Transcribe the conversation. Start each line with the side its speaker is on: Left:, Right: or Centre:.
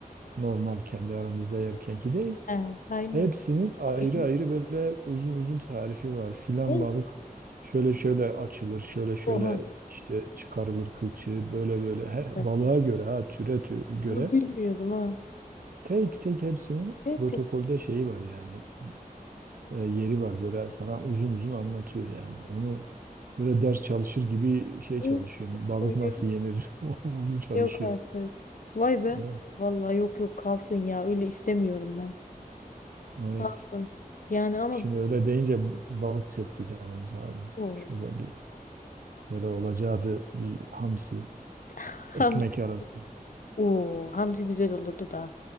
Right: normal kendi aramızda yerkenki değil.
Left: He, aynen.
Right: Hepsinin ayrı
Left: Abi.
Right: ayrı böyle uzun uzun tarifi var. Filan
Left: Oğlum,
Right: balık şöyle şöyle açılır, şöyle şöyle
Left: Oha.
Right: işte çıkarılır kılçığı, böyle böyle he,
Left: Artık.
Right: balığa göre ha türe türe göre
Left: Bunu bilmiyordum ha.
Right: tek tek hepsinin
Left: Evet
Right: protokolde şeyi var yani e, yeri var böyle sana uzun uzun anlatıyor yani. Onu böyle ders çalışır gibi şey
Left: yapıyor.
Right: çalışıyorsun. Balık
Left: Koyuyor.
Right: nasıl yenir <laughs> onu çalışıyorsun.
Left: Yok artık. Vay be.
Right: Evet.
Left: Vallahi yok yok kalsın ya. Öyle istemiyorum ben.
Right: evet.
Left: Kalsın. Yani ama
Right: Şimdi öyle deyince balık çekti canımız abi.
Left: Oo.
Right: Şurada bir Böyle olacağı da bir hamsi,
Left: <laughs>
Right: ekmek arası.
Left: Oo, hamsi güzel olurdu da.